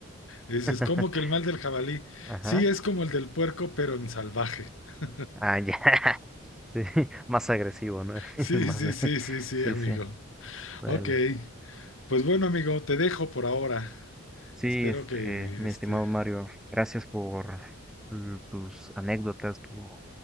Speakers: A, on the left; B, in the centre.
A: Y Dices,
B: <laughs>
A: ¿cómo que el mal del jabalí?
B: ajá.
A: Sí, es como el del puerco, pero en salvaje. <laughs>
B: Ah, ya, <laughs> sí, más agresivo, ¿no?
A: Sí,
B: <laughs> El más,
A: sí, sí, sí, sí,
B: sí,
A: amigo.
B: sí, dale.
A: Ok, pues bueno, amigo, te dejo por ahora.
B: Sí,
A: Espero
B: este,
A: que,
B: mi
A: este,
B: estimado Mario, gracias por mm, tus anécdotas, tu,